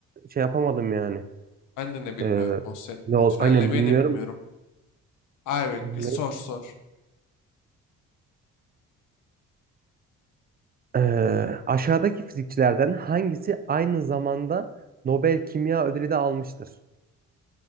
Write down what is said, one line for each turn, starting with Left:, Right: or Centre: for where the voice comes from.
Right: şey yapamadım yani.
Left: Ben de ne bilmiyorum
Right: Ee,
Left: MOSFET'te.
Right: ne ol
Left: Tünellemeyi
Right: aynen bilmiyorum.
Left: de bilmiyorum. Abi
Right: Ne?
Left: sor sor.
Right: Ee, aşağıdaki fizikçilerden hangisi aynı zamanda Nobel Kimya Ödülü de almıştır?